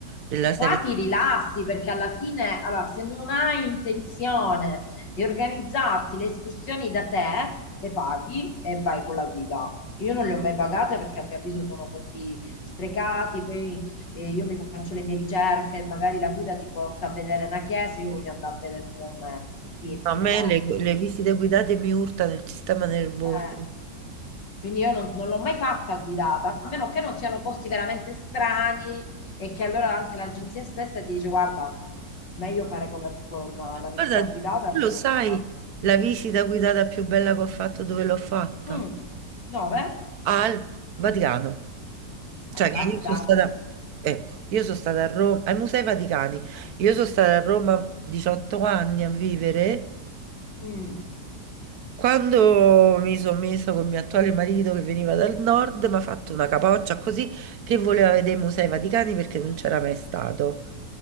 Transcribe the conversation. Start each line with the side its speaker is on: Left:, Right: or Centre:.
Right: della
Left: Qua
Right: serie.
Left: ti rilassi perché alla fine, allora, se non hai intenzione di organizzarti le escursioni da te, le paghi e vai con la guida. Io non le ho mai pagate perché a mio avviso sono soldi sprecati, poi eh, io mi faccio le mie ricerche, magari la guida ti porta a vedere una chiesa, io voglio andare a vedere un monumento, per dirti
Right: No, A me
Left: un esempio.
Right: le, le visite guidate mi urtano il sistema nervoso.
Left: Eh. Quindi io non, non l'ho mai fatta guidata, a meno che non siano posti veramente strani e che allora anche l'agenzia stessa ti dice guarda, meglio fare con la, con la visita
Right: Guarda,
Left: guidata
Right: tu
Left: e
Right: lo
Left: loro
Right: sai,
Left: lo sanno.
Right: la visita guidata più bella che ho fatto, dove l'ho fatta?
Left: Mm. Dove?
Right: Al Vaticano. Cioè,
Left: Al
Right: che
Left: Vaticano.
Right: io sono stata, ecco, io sono stata a Roma, ai Musei Vaticani. Io sono stata a Roma 18 anni a vivere
Left: Mm.
Right: Quando mi sono messa con il mio attuale marito che veniva dal nord, mi ha fatto una capoccia così che voleva vedere i Musei Vaticani perché non c'era mai stato.